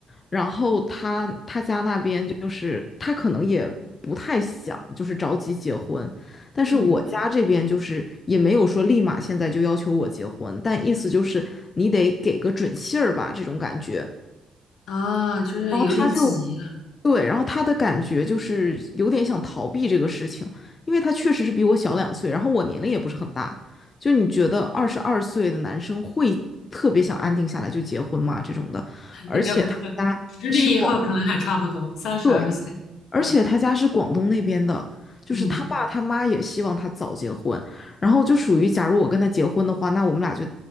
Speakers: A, on the left; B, on the left.
A: 然后他他家那边就是他可能也不太想就是着急结婚，但是我家这边就是也没有说立马现在就要求我结婚，
B: 嗯，
A: 但意思就是你得给个准信儿吧，这种感觉。
B: 啊，就是有点急了，
A: 然后他就对，然后他的感觉就是有点想逃避这个事情，因为他确实是比我小两岁，然后我年龄也不是很大。就你觉得二十二岁的男生会特别想安定下来就结婚吗？这种的，而且他家是广，
B: 应该不会，十年以后可能还差不多，三十二岁，
A: 对，而且他家是广东那边的，
B: 对吧，
A: 就是他爸他妈也希望他早结婚，
B: 嗯。
A: 然后就属于假如我跟他结婚的话，那我们俩就